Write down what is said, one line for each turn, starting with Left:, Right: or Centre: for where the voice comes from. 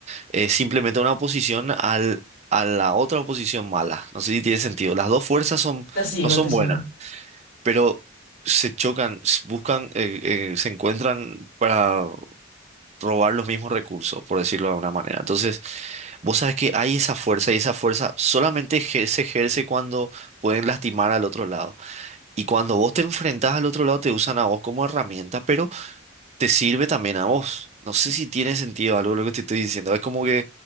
Right: es simplemente una oposición al, a la otra oposición mala. No sé si tiene sentido. Las dos fuerzas son,
Left: Te sigo,
Right: no son
Left: te sigo.
Right: buenas pero se chocan, s- buscan, eh, eh, se encuentran para robar los mismos recursos, por decirlo de alguna manera. Entonces, vos sabés que hay esa fuerza y esa fuerza solamente ejer- se ejerce cuando pueden lastimar al otro lado. Y cuando vos te enfrentás al otro lado, te usan a vos como herramienta, pero te sirve también a vos. No sé si tiene sentido algo lo que te estoy diciendo. Es como que